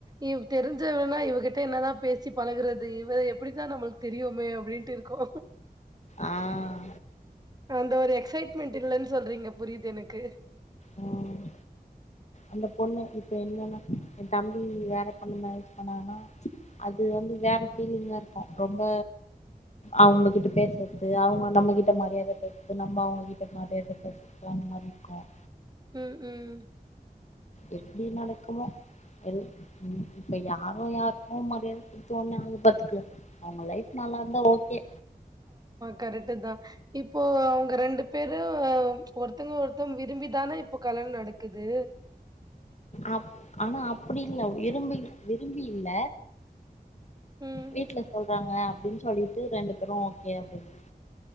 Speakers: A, on the right (about 25°); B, on the left (about 45°).
A: இவ தெரிஞ்சவனா இவகிட் த்து என்னதா பேசி பழகுறது இவ எப்படின்தா நம்ளுக்கு தெரியுமே அப்படின்ட்டு இருக்கோ
B: ஆஹ்
A: அந்த ஒரு எக்சைட்மென்ட் இல்லன்னு சொல்றீங்க புரியிது எனக்கு
B: ம் அந்த பொண்ணு இப்ப என்னன்னா என் தம்பி வேற பொண்ணு மேரேஜ் பண்ணன்னா அது வந்து வேற ஃபீலிங்கா இருக்கும் ரொம்ப அவங்க கிட்ட பேசுறது அவங்க நம்மகிட்ட மரியாதையா பேசுறது நம்ம அவங்ககிட்ட மரியாதையா பேசுறதுல அந்த மாரி இருக்கும்
A: உம் உம்
B: எப்படி நடக்குமோ எல் உம் இப்ப யாரு யாருக்கும மரியாதை கொடுத்து ஒன்னு ஆக பாத்துக்க நம்ம லைஃப் நல்லா இருந்தா ஓகே
A: கரெக்ட் தான் இப்போ அவங்க ரெண்டு பேரும் ச்சு ஒருத்தங்க ஒருத்தங்க விரும்பிதானே இப்போ கல்யாண நடக்குது
B: அப் ஆனா அப்படி இல்ல விரும்பி விரும்பி இல்ல
A: ம்.
B: வீட்ல சொல்றாங்க ஆப் அப்படின்னு சொல்லிட்டு ரெண்டு பேரும் ஓகே அப்படின்னு